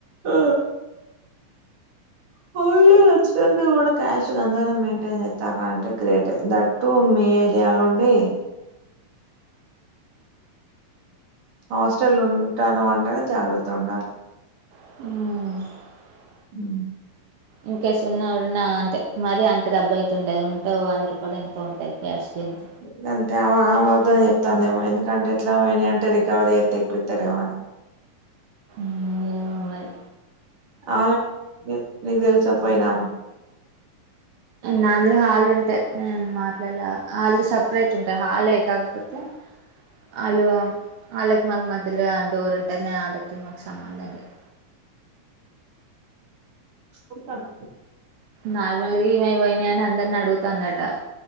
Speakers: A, on the right; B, on the right.
A: ఆ పోన్లె <unintelligible> క్యాష్ అంతగా మెయింటైన్ చేస్తారా అంటే గ్రేటె దట్టు మీ ఏరియాలో ఉండే హాస్టల్లో ఉంటాను అంటేనే జాగ్రత్త ఉండాలె
B: మ్
A: మ్
B: ఇన్కేస్ ఉన్నా ఉన్నా అంతే మరి అంత డబ్బు అయితుండదు ఉంటె ఆ వంద రూపాయలు ఎంతో ఉంటాయి క్యాష్ అంత
A: ఇగంతే ఆమ అబద్ధం చెప్తాందేమో ఎందుకంటే ఇట్లా పోయినియ్ అంటే రికవరీ చేత్తె ఎక్కువిత్తారేమో అని
B: మ్ ఏమో మరి
A: ఆమె నీకు తెలిసా పోయినామె
B: నార్మలుగా హళ్ళు ఉంటాయి నేను మాట్లాడలా హళ్ళు సపరేట్ ఉంటాయి హాలే కాకపోతే ఆళ్ళు ఆళ్ళకి మాకు మధ్యలో ఆ డోర్ ఉంటది వాళ్ళకి మాకు సంబంధం లేదు
A: ఉంటాన
B: నార్మల్గా ఇమే పోయినాయని అందరిని అడుగుతాందట